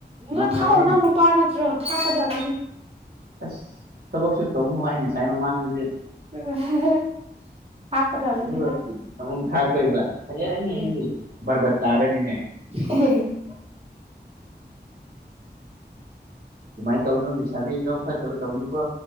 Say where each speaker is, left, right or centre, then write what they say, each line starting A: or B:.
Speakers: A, on the right; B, on the right.
A: ꯌꯗ
B: ꯉꯝꯃꯣꯏꯍꯦ
A: ꯊꯥꯛꯎ ꯅꯪ ꯅꯨꯄꯥ ꯅꯠꯇ꯭ꯔꯣ ꯊꯥꯛꯀꯗꯕꯅꯤ
B: ꯑꯁ ꯊꯕꯛꯁꯨ ꯇꯧꯕ ꯅꯨꯡꯉꯥꯏ ꯉꯁꯥꯏ ꯃꯃꯥꯡꯗꯗꯤ
A: ꯎ ꯍꯥ ꯍꯥ ꯊꯥꯛꯀꯗꯕꯅꯤ
B: ꯑꯗꯨꯒ
A: ꯅꯪ
B: ꯑꯃꯨꯛ ꯊꯥꯛꯇꯣꯏꯕ ꯐꯖꯔꯅꯤ
A: ꯎꯝ
B: ꯑꯩꯗ ꯕꯥꯔꯕꯥꯠ ꯇꯥꯔꯅꯤꯅꯦ
A: <inaudible>
B: ꯑꯗꯨꯃꯥꯏꯅ ꯇꯧꯅꯨ ꯂꯩꯁꯥꯕꯤ ꯅꯕꯨꯛ ꯐꯥꯠꯇꯕ ꯇꯧꯅꯨꯀꯣ